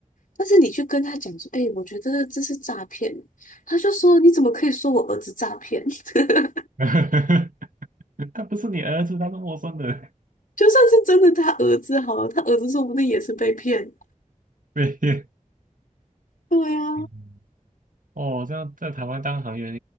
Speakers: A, on the left (about 85°); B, on the right (about 80°).
A: 但是你去跟他讲说，哎、我觉得这是诈骗，他就说你怎么可以说我儿子诈骗？<laughs>
B: <laughs> 他不是你儿子，他是陌生人。
A: 就算是真的他儿子好了，他儿子说不定也是被骗。
B: <laughs> 被骗。
A: 对啊，
B: 嗯哦，这样在台湾当行员、